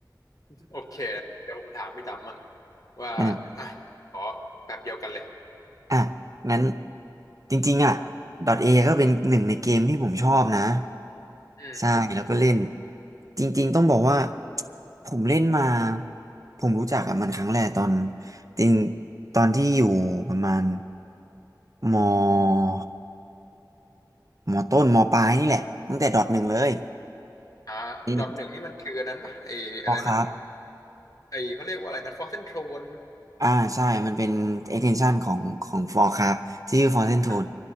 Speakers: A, on the left; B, on the right.
A: โอเคเดี๋ยวผมถามพี่ดำมั่งว่าอ่ะขอแบบเดียวกันเลย
B: อ่ะอ่ะงั้นจริงๆอ่ะ d A ก็เป็นหนึ่งในเกมที่ผมชอบนะ
A: อืม
B: ใช่แล้วก็เล่นจริงๆต้องบอกว่าผมเล่นมาผมรู้จักกับมันครั้งแรกตอนจริงตอนที่อยู่ประมาณมมต้นมปลายนี่แหละตั้งแต่ดอทหนึ่งเลย
A: อ่าดอทหนึ่งนี่มันคืออันนั้นปะไออะไรนะ
B: อืมพอครับ
A: ไอเขาเรียกว่าอะไรนะฟอสเซนโทรน
B: อ่าใช่ มันเป็น extension ของของ Forecraft ที่ชื่อ Frozen Throne
A: นะ